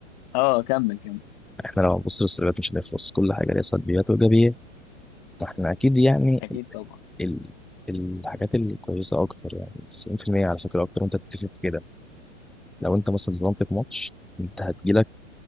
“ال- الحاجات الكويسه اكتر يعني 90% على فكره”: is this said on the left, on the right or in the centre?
Centre